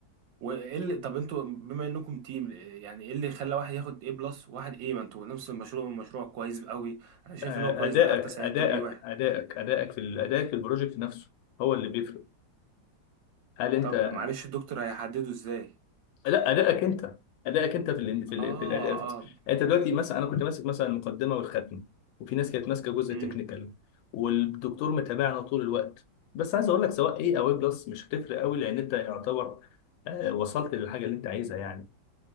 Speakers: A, on the right; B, on the left.
A: وايه اللي طب انتوا بما انكم تيم يعني ايه اللي خلى واحد ياخد A بلس وواحد A ما انتوا نفس المشروع مشروع كويس قوي انا شايف
B: آه،
A: ان هو كويس
B: ادائك
A: ده حتى ساعدته
B: ادائك
A: بيه واحد
B: ادائك ادائك في ال- ادائك في البروجكت نفسه هو اللي بيفرق هل انت
A: طب معلش الدكتور هيحدده ازاي
B: لا ادائك انت ادائك انت في ال في
A: اه
B: ال في الاداء يعني
A: اه
B: انت دلوقتي مثلا انا كنت ماسك مثلا المقدمه والختم وفي ناس كانت ماسكه جزء
A: امم
B: تكنيكال والدكتور متابعنا طول الوقت بس عايز اقول لك سواء ايه او ايه بلس مش هتفرق قوي لان انت يعتبر آه، وصلت للحاجه اللي انت عايزها يعني